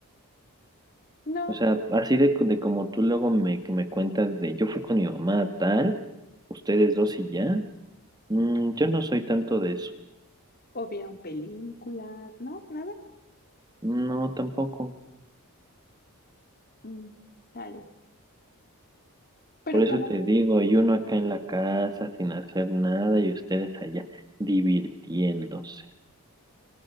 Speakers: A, on the left; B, on the right.
A: No.
B: O sea, así de, de como tú luego me, que me cuentas de yo fui con mi mamá a tal, ustedes dos y ya. Mm, yo no soy tanto de eso.
A: O vieron películas, ¿no? Nada.
B: No, tampoco.
A: Mm, dale. Pero
B: Por eso
A: cuando,
B: te digo, y uno acá en la casa sin hacer nada y ustedes allá divirtiéndose.